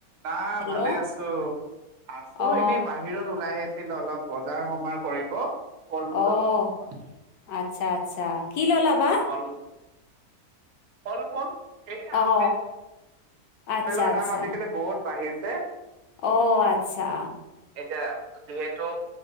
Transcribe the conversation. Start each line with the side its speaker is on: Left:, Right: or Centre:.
Right: নাই
Left: হেল্ল'
Right: ভালে আছো, আছো
Left: অ
Right: এনে বাহিৰত ওলাই আহিছিলো, অলপ বজাৰ সমাৰ কৰিব ফল
Left: অ',
Right: মূল অলপ ল'ব।
Left: আচ্ছা, আচ্ছা, কি ললা বা-
Right: <unintelligible> ফল, ফল, সেই আপেল
Left: অ
Right: আপেলৰ
Left: আচ্ছা আচ্ছা
Right: দাম আজিকালি বহুত বাঢ়িছে
Left: অ', আচ্ছা
Right: এতিয়া, যিহেতু